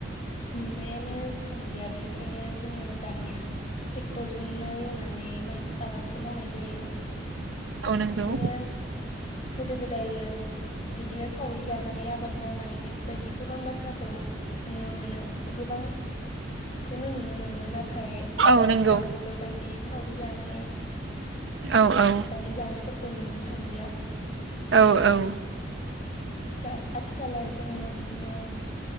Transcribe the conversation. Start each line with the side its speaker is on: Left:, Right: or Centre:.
Left: नुनायानो थांलिया, बेनिखायनो जोङो दानिया ट्रेक्टरजोंनो एवनानै नै माइ आबादखौ मावनाय जायो।
Right: औ नंगौ
Left: बिदिनो गोदो गोदायो बिदिनो सावरि जानानै आबाद मावनाय बेफोरबायदि गोबां बाथ्राखौ नुनो मोनो। गोबां खौनो नुनो मोनोमोन नाथाय
Right: औ
Left: आथिखालाव
Right: नंगौ
Left: बेफोरबायदि सावरि जानाय
Right: औ औ
Left: लि जानायफोरखौ नुनो थांलिया।
Right: औ औ
Left: दा आथिखालाव जोङो बिदि बिदिनो